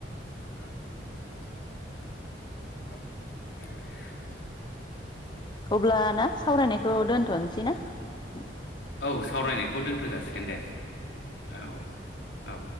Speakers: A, on the left (about 75°); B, on the left (about 25°).
A: <unintelligible> <unintelligible>
B: अब्ला ना सावरायनायखौ दोनथ'नोसै ना उम
A: औ सावरायनायखौ दोनथ'जासै गोनदे औ औ